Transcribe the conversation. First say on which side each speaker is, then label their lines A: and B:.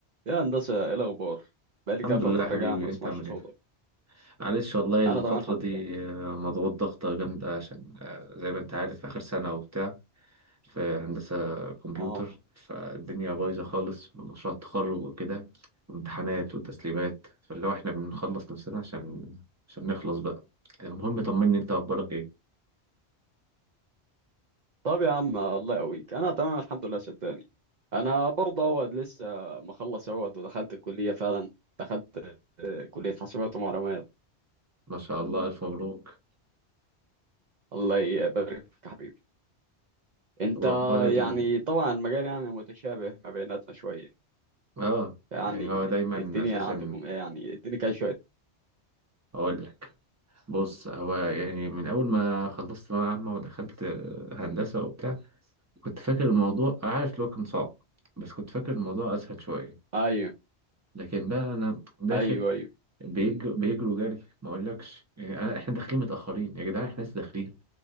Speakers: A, on the right; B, on the right.
A: يا هندسة ايه الأخبار؟ بقالي
B: الحمد
A: كده فترة
B: لله يا حبيبي
A: جاية ما بسمعش
B: انت عامل
A: صوتك
B: ايه معلش والله الفترة
A: أنا تمام الحمد
B: دي
A: لله
B: آه، مضغوط ضغطة جامدة عشان آه، زي ما انت عارف اخر سنة وبتاع في هندسة كمبيوتر
A: اه
B: فالدنيا بايظة خالص مشروع التخرج وكده وامتحانات وتسليمات فاللي هو احنا بنخلص نفسنا عشان عشان نخلص بقى المهم طمني انت اخبارك ايه
A: طب يا عم الله يقويك أنا تمام الحمد لله صدقني أنا برضه هو لسه مخلص اهوت ودخلت الكلية فعلا دخلت كلية حاسبات ومعلومات
B: ما شاء الله الف مبروك
A: الله يبارك فيك يا حبيبي أنت
B: واخبار ال
A: يعني طبعا المجال يعني متشابه ما بيناتنا شوية
B: اه
A: يعني
B: يعني هو دايما
A: الدنيا
B: اساسا
A: عندكم ايه يعني اديني كده شوية
B: اقول لك بص هو يعني من أول ما خلصت ثانوية عامة ودخلت آه، هندسة وبتاع كنت فاكر الموضوع عارف اللي هو كان صعب بس كنت فاكر الموضوع أسهل شوية
A: أيوه
B: لكن بقى أنا داخل
A: أيوه أيوه
B: بيج- بيجروا جري ما أقولكش يعني أنا إحنا داخلين متأخرين يا جدعان إحنا لسه داخلين